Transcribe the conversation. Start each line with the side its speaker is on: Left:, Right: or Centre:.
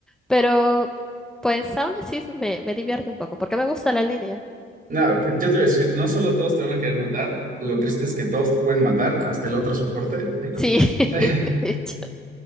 Centre: Pero pues aún así me, me divierte un poco porque me gusta la línea.
Right: No, pero yo te voy a decir, no solo todos te van a querer matar, lo triste es que todos te pueden matar, hasta el otro soporte.
Centre: Sí, <laughs>
Right: <laughs>
Centre: de hecho.